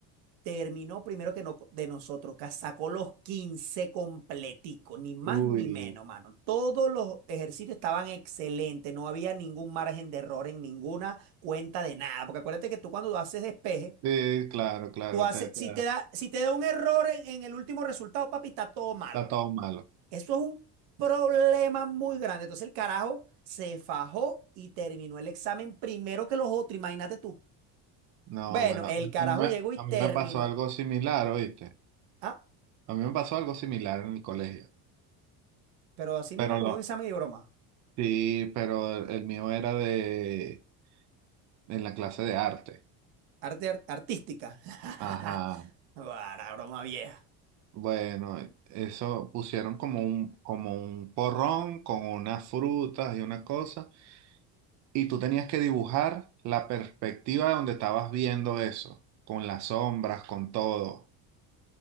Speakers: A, on the right (about 80°); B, on the right (about 45°).
A: terminó primero que no, de nosotros, que sacó los 15 completico, ni más
B: Uy,
A: ni menos, mano. Todos los ejercicios estaban excelentes, no había ningún margen de error en ninguna cuenta de nada, porque acuérdate que tú cuando haces despeje,
B: sí, claro, claro,
A: Tú haces,
B: te- te-
A: si te da, si te da un error en, en el último resultado, papi, está todo malo.
B: está todo malo.
A: Eso es un problema muy grande. Entonces el carajo se fajó y terminó el examen primero que los otros, imagínate tú.
B: No,
A: Bueno,
B: bueno,
A: el
B: a
A: carajo
B: mí, me-
A: llegó y
B: a
A: terminó.
B: mí me pasó algo
A: el-
B: similar, ¿oíste?
A: Ah,
B: A mí me pasó algo similar en el colegio.
A: pero así
B: Pero
A: mismo como
B: lo,
A: un examen de broma.
B: sí, pero el el mío era de, en la clase de arte.
A: Arte ar- artística. <laughs>
B: Ajá.
A: Para broma vieja.
B: Bueno, eso pusieron como un, como un porrón con unas frutas y una cosa, y tú tenías que dibujar la perspectiva de donde estabas viendo eso, con las sombras, con todo.